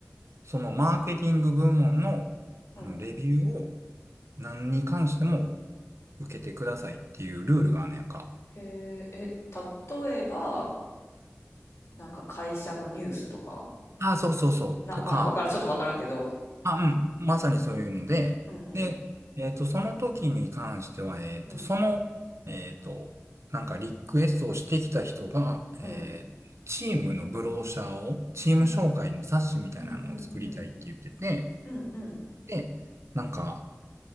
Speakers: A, on the right; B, on the left.
A: そのマーケティング部門の、
B: うん。
A: あの、レビューを何に関しても受けてくださいっていうルールがあんねやんか。
B: へえ、え、例えば、なんか会社のニュースとか
A: ああ、そうそうそう、
B: な、
A: とか、
B: まあ、わからん、ちょっとわからんけど。
A: あ、
B: うん。
A: うん。まさにそういうので、
B: うんうん。
A: で、えっと、その時に関しては、えっと、
B: うん。
A: その、えっと、なんかリクエストをしてきた人が、えーチームのブローシャーを、
B: うん。
A: チーム紹介の冊子みたいなのを作りたいって言ってて、
B: うんうん。うんうんうん。うんうん。
A: で、なんか、